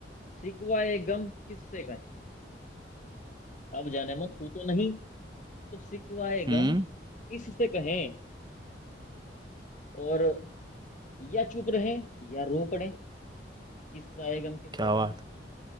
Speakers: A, on the left; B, on the right.
A: सिकवाए गम किससे कहें अब जाने मन तू तो नहीं तो सिकवाए
B: हम्म
A: गम किससे कहें और या चुप रहें या रो पड़ें किस्सा गम किससे
B: क्या बात
A: कहें
B: है